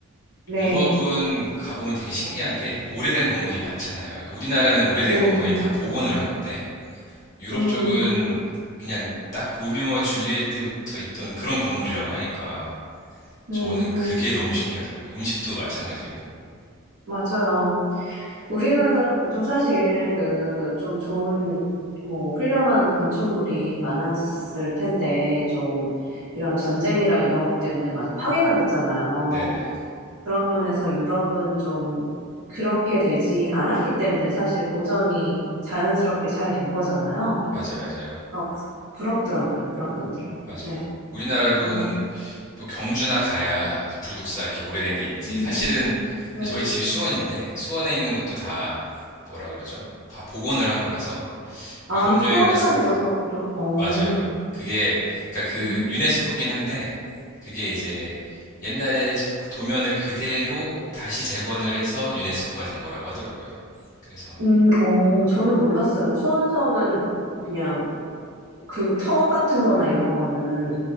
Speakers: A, on the right; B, on the left.
A: 네.
B: 유럽은 가보면 되게 신기한 게 오래된 건물이 많잖아요. 그러니까 우리나라는 오래된
A: 네.
B: 건물이 다 복원을
A: 그렇죠.
B: 한 건데 유럽
A: 음,
B: 쪽은 그냥 딱 로미오와 줄리엣 때부터 있던 그런 건물이라고 하니까 저는
A: 음,
B: 그게
A: 음.
B: 너무 신기하더라고요. 음식도 마찬가지고.
A: 맞아요. 우리나라도 사실 그 좀 좋은, 뭐, 훌륭한 건축물이 많았을 텐데, 좀 이런 전쟁이랑 이런 것 때문에 많이 파괴가 됐잖아요.
B: 네네.
A: 그런 면에서 유럽은 좀 그렇게 되지 않았기 때문에 사실 보전이 자연스럽게 잘 된 거잖아요.
B: 맞아요, 맞아요.
A: 그래서 부럽더라고요, 그런 면들은.
B: 맞아요.
A: 네.
B: 우리나라도
A: 어.
B: 뭐 경주나 가야 불국사 이렇게 오래된 게 있지.
A: 음,
B: 사실은
A: 네.
B: 저희 집이 수원인데 수원에 있는 것도 다 뭐라 그러죠? 다 복원을 한 거라서
A: 아,
B: 유럽
A: 수원상
B: 여행 갔을
A: 이런 것도, 어.
B: 맞아요. 그게 그러니까 그
A: 음,
B: 유네스코긴 한데 그게 이제 옛날에 도면을 그대로 다시 재건을 해서 유네스코가 된 거라고 하더라고요. 그래서
A: 음, 어, 저는 몰랐어요. 수원성은 그냥 그 터 같은 거나 이런 거는,